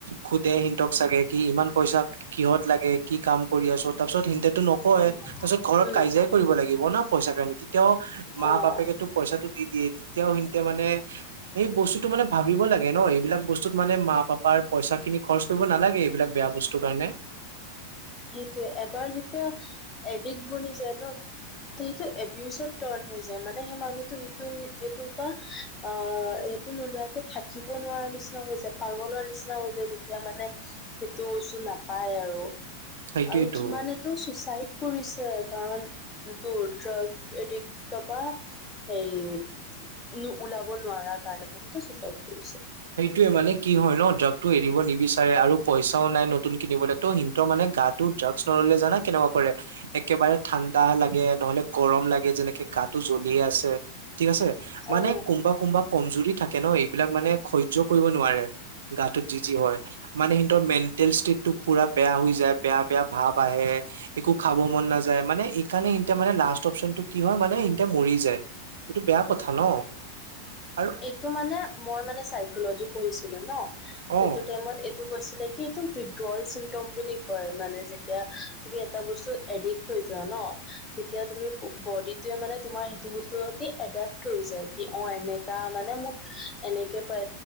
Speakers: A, on the right; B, on the left.
A: খুদে সিনতক চাগে কি ইমান পইচা কিহত লাগে, কি কাম কৰি আছ? তাৰ পিছত সিনতেটো নকয়।
B: উম
A: তাৰ পিছত ঘৰত
B: উম
A: কাইজিয়াই কৰিব লাগিব না পইচা কাৰণে মা-বাপেকেতো
B: অ
A: পইচাটো দি দিয়ে। তেতিয়াও সিঁনতে মানে সেই বস্তুটো মানে ভাবিব লাগে। ন এইবিলাক বস্তুত মানে মা-পাপাৰ পইচাখিনি খৰচ কৰিব নালাগে এইবিলাক বেয়া বস্তুৰ কাৰণে।
B: সেইটোৱে এবাৰ যেতিয়া এডিক্ট বনি যায় ন ত সেইটো এবিউজত টাৰ্ণ হৈ যায়। মানে সেই মানুহটো সেইটো সেইটো বা আ এইটো নোলোৱাকে থাকিব নোৱাৰা নিচিনা হৈ যায়। পাগলৰ নিচিনা হৈ যায় যেতিয়া মানে সেইটো বছো নাপায় আৰু
A: সেইটোয়েটো।
B: আৰু কিমানে টো চুচাইড কৰিছে কাৰণ তোৰ ড্ৰাগ এডিক্ত বা হেই নো ওলাব নোৱাৰা কাৰণে বহুতে চুচাইড কৰিছে।
A: সেইটোৱে মানে কি হয় ন ড্ৰাগটো এৰিব নিবিচাৰে আৰু পইচাও নাই নতুন কিনিবলে। ত সিনতৰ মানে গাটো ড্ৰাগছ নললে জানা কেনেকুৱা কৰে একেবাৰে ঠাণ্ডা লাগে, নহলে গৰম লাগে যেনেকে গাটো জ্বলি আছে। ঠিক আছে মানে
B: অ
A: কোনবা কোনবা কমজুৰি থাকে ন। এইবিলাক মানে সহ্য কৰিব নোৱাৰে, গাটোত যি যি হয়। মানে সিনতৰ মেণ্টেল ষ্টেট টো পুৰা বেয়া হৈ যায়, বেয়া-বেয়া ভাৱ আহে, একো খাব মন না যায় মানে এইকাৰণে ইনতে মানে লাষ্ট অপচনটো কি হয় মানে ইনতে মৰি যায়। এইটো বেয়া কথা ন আৰু
B: টো মানে মই মানে চাইকলজি পঢ়িছিলো ন, সেইটো
A: অ
B: টাইমত এ টো কৈছিলে কি এইটো উইড্ৰল চিমটম বুলি কয়। মানে যেতিয়া তুমি এটা বস্তু এডিক্ট হৈ যোৱা ন, তেতিয়া তুমি ব-বদিটোৱে মানে তোমাৰ সেইটো বস্তু সিহঁতি এডেপ্ত থৈ যায়, কি অ এনেকা মানে মোক এনেকে প